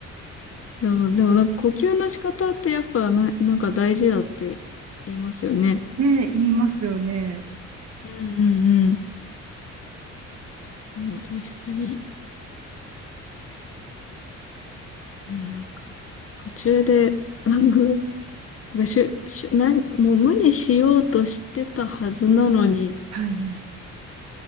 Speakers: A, on the left; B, on the right.
A: でもなんか呼吸の仕方ってやっぱな、なんか大事だって言いますよね。
B: ねえ、言いますよね。
A: うんうんうん。もう確かに。ね、なんか、途中で、なんか、なんかしゅ、しゅ、なん、もう無にしようとしてたはずなのに、
B: はいはい。